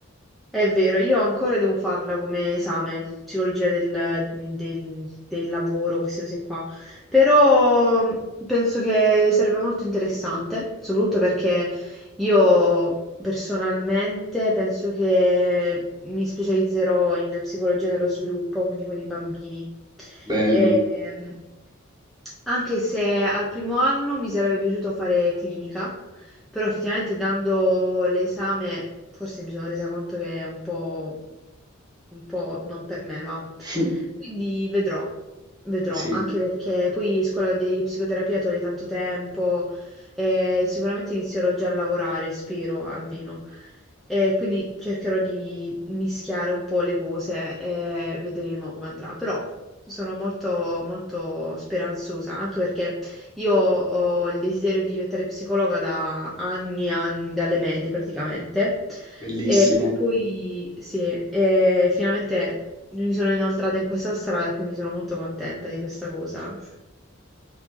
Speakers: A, in the centre; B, on the right.
A: è vero, io ancora devo farla come esame, psicologia del, del- del lavoro, queste cose qua, però penso che sarebbe molto interessante, soprattutto perché io personalmente penso che mi specializzerò in psicologia dello sviluppo, quindi con i bambini.
B: Bello,
A: E, ehm, anche se al primo anno mi sarebbe piaciuto fare clinica, però effettivamente dando l'esame, forse mi sono resa conto che è un po', un po' non per me, va.
B: <laughs>
A: Quindi vedrò, vedrò,
B: sì,
A: anche perché poi scuola di psicoterapia toglie tanto tempo e sicuramente inizierò già a lavorare, spero almeno. E quindi cercherò di mischiare un po' le cose e vedremo come andrà. Però sono molto, molto speranzosa, anche perché io ho il desiderio di diventare psicologa da anni e anni, dalle medie praticamente.
B: bellissimo,
A: E poi sì, e finalmente mi sono inoltrata in questa strada e quindi sono molto contenta di questa cosa.